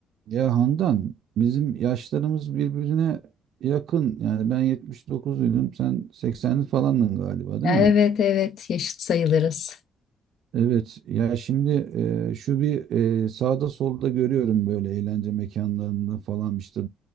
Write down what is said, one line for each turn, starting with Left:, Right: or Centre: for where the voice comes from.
Right: Ya Handan bizim yaşlarımız birbirine yakın. Yani ben 79'luydum sen 80'li falandın galiba değil
Left: Evet
Right: mi?
Left: evet yaşıt sayılırız.
Right: Evet ya şimdi e, şu bir e, sağda solda görüyorum böyle eğlence mekanlarında falan işte